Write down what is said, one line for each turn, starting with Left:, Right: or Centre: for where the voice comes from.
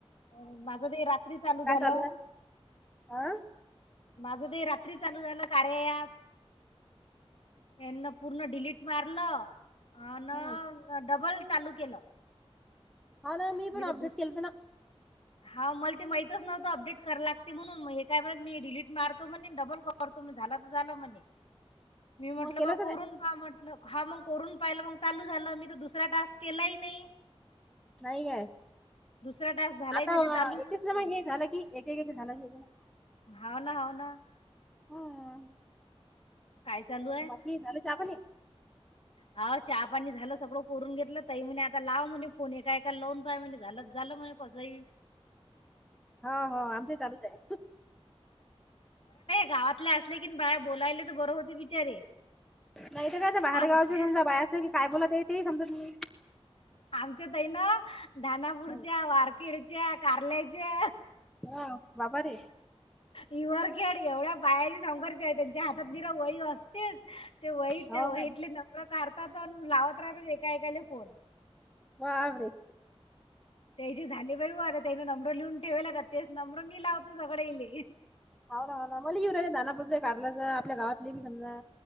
Left: अ माझं ते रात्री चालू
Centre: काय
Left: झालं
Centre: आहे हा
Left: माझं ते रात्री चालू झालं कार्याया त्यांना पूर्ण डिलीट मारलं अ
Centre: हम्म
Left: डबल चालू केलं
Centre: हा ना मी पण
Left: तर
Centre: अपडेट
Left: दुस
Centre: केलंत ना
Left: हा मला ते माहितच नवतं अपडेट करा लागते म्हणून हे काय म्हणत मी डिलीट मारतो म्हण डबल करतो झाला तर झालं म्हणे मी म्हंटलं
Centre: मग केलं
Left: बा
Centre: होतं
Left: करून
Centre: काय
Left: पा म्हटलं हा मग करून पाहिलं मग चालू झालं मी तर दुसरा टास्क केलाही नाही
Centre: नाही काय
Left: दुसरा टास्क झालाही
Centre: आता
Left: नाही ते चालूच
Centre: येेतेच
Left: नाही
Centre: ना म
Left: राहिलं.
Centre: हे झालं की एक झालंेत ना
Left: होव ना हो ना
Centre: हा
Left: काय चालू
Centre: बाकी झाल चापणी?
Left: हा चहा पाणी झाल सगळ करून घेतल तही म्हणे आता लावा म्हणे फोन एका एका लोन पाय म्हणे झालत झाल. म्हज कजही
Centre: हो हो आमच चालूच ये.
Left: गावातले असल्या किन बाय बोलायले तर बर होते बिचारे
Centre: नाही तर काय, आ बाहेर
Left: आमच्या
Centre: गावाचे समजा बाया असलं की काय बोलयाचाये ते यी समजत नही.
Left: आमच्या तई ना धानापूरच्या,
Centre: हम्म.
Left: वारकेडच्या, कारल्याच्या
Centre: ह बाबा रे!
Left: इ्हर खेळ एवढ्या बायाची संकर्ती आहे त्यांच्या हातात धर वयी असतीच. ते वही
Centre: हो
Left: त्या वहीतले
Centre: काय
Left: नंबर काढतात न लावत राहतात एका एकाले फोन.
Centre: वावरे
Left: त्याची झाली बाई हो आता त्यान नम्र लिहून ठेवेले तेच नम्र मी लावतो सगडेइले.
Centre: हा ना हो ना मला येऊ रा नाही नानापूर कारला जा आपल्या गावातले बी समजा